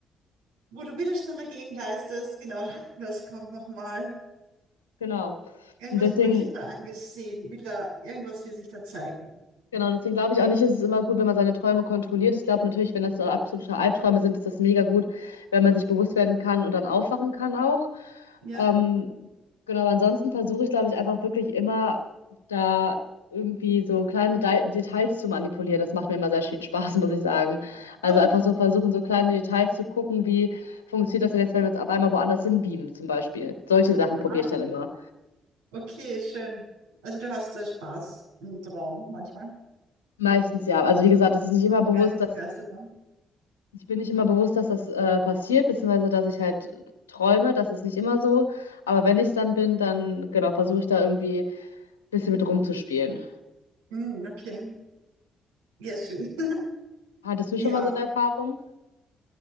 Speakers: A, on the right (about 80°); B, on the left (about 85°).
A: wo du Widerstand dagegen leistest, genau <laughs> das kommt nochmal.
B: genau.
A: Irgendwas
B: Und deswegen
A: will sich da angesehen, will da, irgendwas will sich da zeigen.
B: Genau, deswegen glaube ich auch nicht, ist es ist immer gut, wenn man seine Träume kontrolliert. Ich glaube natürlich, wenn das so absolute Albträume sind, ist das mega gut, wenn man sich bewusst werden kann und dann aufwachen kann auch.
A: Ja,
B: Ähm, genau, aber ansonsten versuche ich, glaube ich, einfach wirklich immer da irgendwie so kleine De Details zu manipulieren. Das macht mir immer sehr viel Spaß, <laughs> muss ich sagen. Also
A: so.
B: einfach so versuchen, so kleine Details zu gucken, wie funktioniert das denn jetzt, wenn wir uns auf einmal woanders hinbeamen, zum Beispiel. Solche Sachen
A: Ah,
B: probiere ich dann immer.
A: okay, schön. Also du hast da Spaß im Traum manchmal.
B: Meistens ja. Also wie gesagt, das ist nicht immer bewusst,
A: Geistesgeisterbahn.
B: dass Ich bin nicht immer bewusst, dass das äh, passiert, beziehungsweise dass ich halt träume. Das ist nicht immer so. Aber wenn ich es dann bin, dann genau, versuche ich da irgendwie ein bisschen mit rumzuspielen.
A: Mm, okay, ja, schön. <laughs>
B: Hattest du
A: Ja,
B: schon mal so eine Erfahrung?